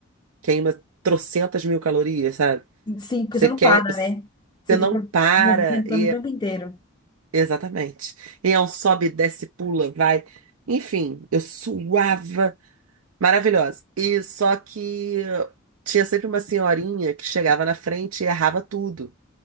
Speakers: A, on the right; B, on the left.
A: queima trocentas mil calorias, sabe?
B: Sim, porque
A: Você
B: você não
A: quer,
B: para,
A: você
B: né? Você fica
A: não para.
B: movimentando
A: E
B: o tempo
A: é-
B: inteiro.
A: exatamente. E é um sobe, desce, pula, vai. Enfim, eu suava. Maravilhosa. E só que tinha sempre uma senhorinha que chegava na frente e errava tudo.